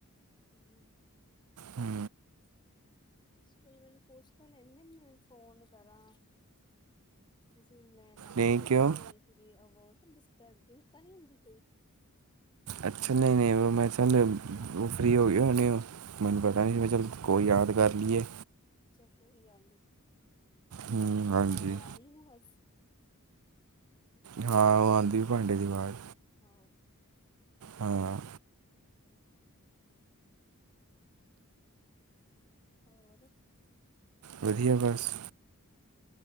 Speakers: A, on the left; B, on the right.
A: ਹੂੰ।
B: ਹੂੰ।
A: ਤੁਸੀਂ ਪਹਿਲਾ ਮੈਨੂੰ ਪੁੱਛ ਤਾਂ ਲੈਂਦੇ, ਮੈਂ ਫੋਨ ਕਰਾਂ, ਤੁਸੀਂ ਮੈਂ ਕੰਮ
B: ਨਹੀਂ
A: ਲੱਗੇ
B: ਕਿਉਂ
A: ਹੋਈ ਆ ਸੀ, ਆਹ ਬਹੁਤ ਡਿਸਟਰਬਿੰਸ ਤਾਂ ਨੀ ਹੁੰਦੀ ਪਈ।
B: ਅੱਛਾ ਨਹੀਂ- ਨਹੀਂ, ਮੈਂ ਚੱਲ ਫਰੀ ਹੋਂਗੇ ਹੋਂਣੇ ਉਹ। ਮੈਨੂੰ ਪਤਾ ਨਹੀਂ ਸੀ, ਮੈਂ
A: ਅੱਛਾ
B: ਚੱਲ
A: ਅੱਛਾ
B: ਕੋਈ ਯਾਦ ਕਰ ਲੀਏ।
A: ਅੱਛਾ ਕੋਈ ਗੱਲ ਨੀ
B: ਹੂੰ
A: ਆਵਾਜ਼,
B: ਹਾਂਜੀ
A: ਆ ਰਹੀ ਨਾ ਬਸ।
B: ਹਾਂ, ਉਹ ਆਂਦੀ ਏ ਭਾਂਡੇ ਦੀ ਆਵਾਜ਼।
A: ਹਾਂ,
B: ਹਾਂ,
A: ਠੀਕ ਐ। ਹੋਰ
B: ਵਧੀਆ ਬਸ।